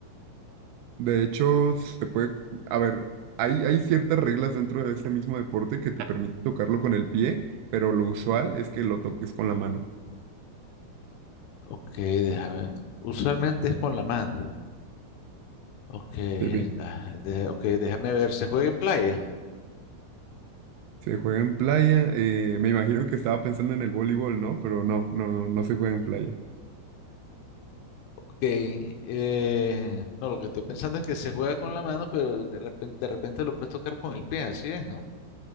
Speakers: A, on the right; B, on the left.
A: De hecho, se puede, a ver, hay, hay ciertas reglas dentro de este mismo deporte que te permite tocarlo con el pie, pero lo usual es que lo toques con la mano.
B: Ok, déjame. ver. Usualmente es con la mano. Ok,
A: Sí, bien.
B: ah, de- ok, déjame ver, ¿se juega en playa?
A: Se juega en playa. eh, me imagino que estaba pensando en el voleibol, ¿no? Pero no, no, no no se juega en playa.
B: Ok, eh, no, lo que estoy pensando es que se juega con la mano, pero de repen- de repente, lo puedes tocar con el pie, así es, ¿no?